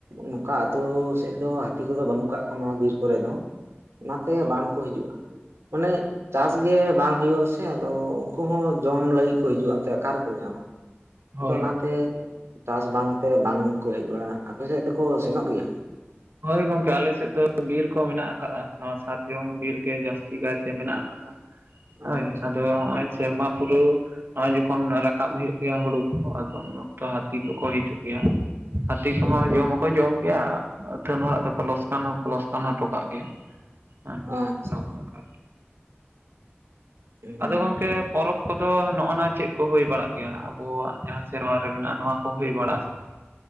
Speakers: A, on the right; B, on the right.
A: ᱱᱚᱝᱠᱟ ᱟᱛᱳ ᱥᱮᱫ ᱫᱚ ᱦᱟᱹᱛᱤ ᱠᱚᱫᱚ ᱵᱟᱹᱱᱩᱜ ᱠᱟᱜ ᱱᱚᱣᱟ ᱵᱤᱨ ᱠᱚᱨᱮ ᱫᱚ ᱚᱱᱟᱛᱮ
B: ᱦᱳᱭ
A: ᱵᱟᱝ ᱠᱚ ᱦᱤᱡᱩᱜᱼᱟ, ᱢᱟᱱᱮ ᱪᱟᱥ ᱜᱮ ᱵᱟᱝ ᱦᱩᱭᱩᱜ ᱟᱥᱮ ᱟᱫᱚ ᱩᱱᱠᱩ ᱦᱚᱸ ᱡᱚᱢ ᱞᱟᱹᱜᱤᱫ ᱠᱚ ᱦᱤᱡᱩᱜᱼᱟ ᱛᱚ ᱚᱠᱟ ᱨᱮᱠᱚ ᱧᱟᱢ-ᱟ?
B: ᱦᱳᱭ
A: ᱟᱫᱚ ᱚᱱᱟᱛᱮ ᱪᱟᱥ ᱵᱟᱝᱛᱮ ᱵᱟᱝᱠᱚ ᱦᱮᱡ ᱵᱟᱲᱟᱜᱼᱟ, ᱟᱯᱮ ᱥᱮᱫ ᱫᱚᱠᱚ ᱥᱮᱱᱚᱜ ᱜᱮᱭᱟ?
B: ᱦᱳᱭ ᱜᱚᱝᱠᱮ ᱟᱞᱮᱥᱮᱫ ᱫᱚ ᱵᱤᱨ ᱠᱚ ᱢᱮᱱᱟᱜ ᱟᱠᱟᱜ-ᱟ ᱾ ᱱᱚᱣᱟ ᱥᱟᱨᱡᱚᱢ ᱵᱤᱨ ᱜᱮ ᱡᱟᱹᱥᱛᱤ ᱠᱟᱭᱛᱮ ᱢᱮᱱᱟᱜ ᱟᱠᱟᱫᱟ
A: ᱟᱪᱪᱷᱟ
B: ᱦᱳᱭ ᱟᱫᱚ ᱱᱚᱜ-ᱚᱭ ᱥᱮᱨᱢᱟ ᱯᱩᱨᱟᱹᱭ ᱱᱚᱜ-ᱚᱭ ᱡᱚᱠᱷᱚᱱ ᱨᱟᱠᱟᱵ ᱦᱩᱭᱩᱜ ᱜᱮᱭᱟ ᱦᱩᱲᱩ ᱠᱚ ᱟᱫᱚ ᱩᱱ ᱛᱚ ᱦᱟᱹᱛᱤ ᱠᱚᱠᱚ ᱦᱤᱡᱩᱜ ᱜᱮᱭᱟ ᱦᱟᱹᱛᱤ
A: ᱦᱩᱸ
B: ᱠᱚᱦᱚᱸ ᱡᱚᱢ ᱦᱚᱸᱠᱚ ᱡᱚᱢ ᱜᱮᱭᱟ, ᱟᱹᱛᱷᱟᱹᱱ ᱦᱚᱲᱟᱜ ᱫᱚ ᱠᱚ ᱞᱚᱥᱠᱟᱱ ᱦᱚᱸ ᱠᱚ ᱞᱚᱥᱠᱟᱱ ᱦᱚᱴᱚᱠᱟᱜ ᱜᱮᱭᱟ ᱦᱮᱸ
A: ᱟᱪᱪᱷᱟ
B: ᱱᱚᱜ-ᱚᱝᱠᱟ
A: ᱦᱩᱸ
B: ᱟᱫᱚ ᱜᱚᱝᱠᱮ ᱯᱚᱨᱚᱵᱽ ᱠᱚᱫᱚ ᱱᱚᱜ-ᱚ ᱱᱚᱣᱟ ᱪᱮᱫ ᱠᱚ ᱦᱩᱭ ᱵᱟᱲᱟᱜ ᱜᱮᱭᱟ? ᱟᱵᱚᱣᱟᱜ ᱡᱟᱦᱟᱸ ᱥᱮᱨᱣᱟ ᱨᱮ ᱢᱮᱱᱟᱜ-ᱟ ᱱᱚᱣᱟ ᱠᱚ ᱦᱩᱭ ᱵᱟᱲᱟᱜ ᱟᱥᱮ ᱵᱟᱝ?